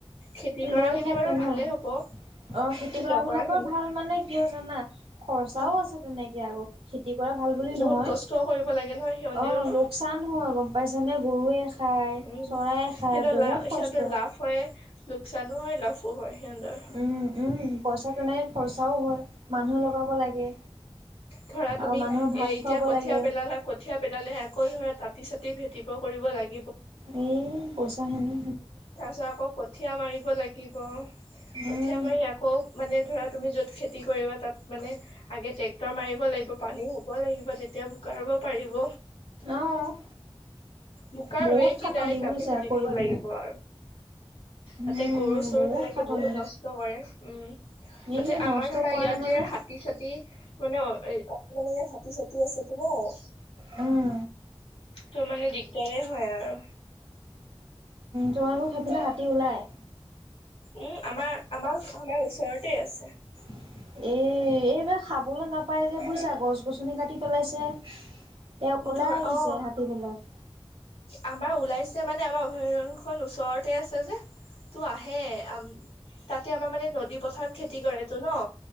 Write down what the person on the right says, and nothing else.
লৈ থাকে
ন
অ খেতি কৰা
বিলাকৰ
ভাল মানে কিয় জানা, খৰচাও
আছে তেনেকে আকৌ। খেতি কৰা ভাল বুলি
নহয়,
অ
লোকচান নহয় গম পাইছানে গৰুৱে। খায়,
চৰায়ে খায় বহুত
কষ্ট।
উম'উম পইচাটো নাই খৰচাও হয় মানুহে লগাব লাগে,
আৰু
মানুহৰ
ভাত
খুৱাব
লাগে,
অ পইচা খিনি।
উম,
অ',
বহুত
খাটনি
বুজিছা
কৰিবলে।
উম,
খাটনি,
এই
নষ্ট
কৰে
মানে
উম,
তোমাৰ মোক সেইফিলে হাতী ওলাই।
এ এইবাৰ খাবলৈ নাপাই, যে বুজিছা গছ গছনি কাটি পেলাইছে। তেওঁ ওলাই
আহিছে
হাতী বিলাক,